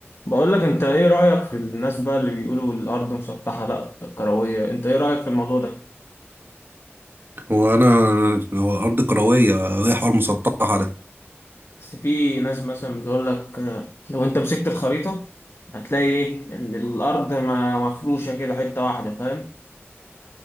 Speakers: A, on the left; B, on the right.
A: بقول لك انت ايه رأيك في الناس بقى اللي بيقولوا الارض مسطحة لا كروية انت ايه رأيك في الموضوع ده
B: هو انا هو الارض كرويه وهي حوار مسطحه ده
A: بس في ناس مثلا بتقول لك آه، لو انت مسكت الخريطة هتلاقي ايه ان الارض ما مفروشة كده حتة واحدة فاهم